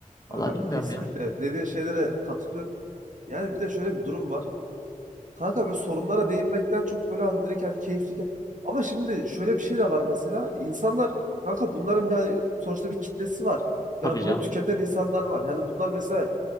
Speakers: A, on the right (about 65°); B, on the left (about 25°).
A: Kankam
B: Valla bilmiyorum
A: kesinlikle
B: ya.
A: dediğin şeylere katılıyor. Yani bir de şöyle bir durum var. Kanka böyle sorunlara değinmekten çok böyle hani direkt hani keyifli. ke- Ama şimdi şöyle bir şey de var mesela. İnsanlar kanka bunların yani sonuçta bir kitlesi var.
B: Tabii
A: Yani bunu
B: canım.
A: tüketen insanlar var. Yani bunlar mesela